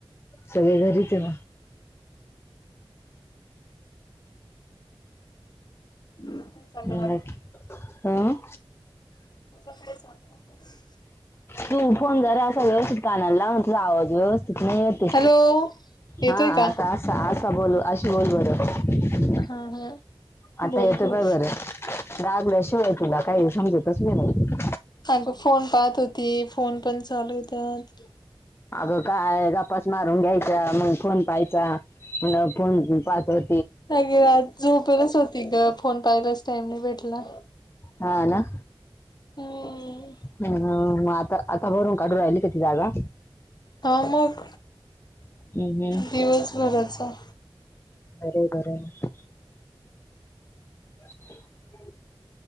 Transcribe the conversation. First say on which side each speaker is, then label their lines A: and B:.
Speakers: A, on the left (about 25°); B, on the left (about 50°).
A: सगळे घरीच ये म
B: काय चाललं
A: <unintelligible>
B: बाकी
A: अं
B: तुझं <unintelligible>
A: तू फोन जरा असा व्यवस्थित कानाला लाव ना तुझा आवाज व्यवस्थित नाय येत ये.
B: हॅलो येतोय
A: हां
B: का?
A: आता आसा आसा बोलु अशी बोल बरं
B: हा हा.
A: आता
B: बोल
A: येतोय
B: बोल
A: पाय बरं, गागल्या शिवाय तुला काय समजतच नाय <unintelligible>
B: कारण क फोन पाहत होती फोन पण चालूये त्यात
A: अगं काय गप्पाच मारून घ्यायच्या मंग फोन पायचा. म्हंण फोन मी पाहत होत
B: अग आज झोपेतच होती ग फोन पाहिलाच टाईम नाय भेटला.
A: हा ना
B: हम्म.
A: हं हं म आता-आता भरून काढु राह्यली का ती जागा?
B: हो मग,
A: हम्म हम्म
B: दिवसभराचा
A: बरे बरंय म <unintelligible>